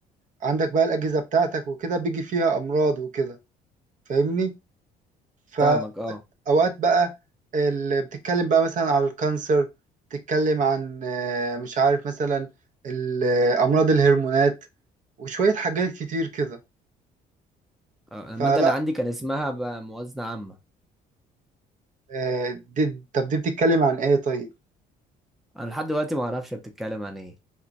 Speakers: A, on the right; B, in the centre.
A: عندك بقى الاجهزه بتاعتك وكده بيجي فيها امراض وكده فاهمني فاوقات
B: فاهمك اه
A: بقى اللي بتتكلم بقى مثلا على الكانسر بتتكلم عن آه، مش عارف مثلا ال- آه، امراض الهرمونات وشوية حاجات كتير كده
B: آه، الماده
A: فلا
B: اللي عندي كان اسمها بقى موازنه عامه
A: آه، دي طب دي بتتكلم عن ايه طيب
B: انا لحد دلوقتي ما اعرفش هي بتتكلم عن ايه